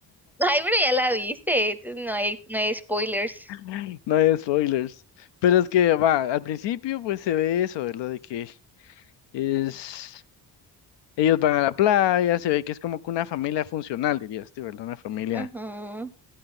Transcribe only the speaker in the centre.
Ay, pero ya la viste, entonces no hay, no hay spoilers.
Ujú.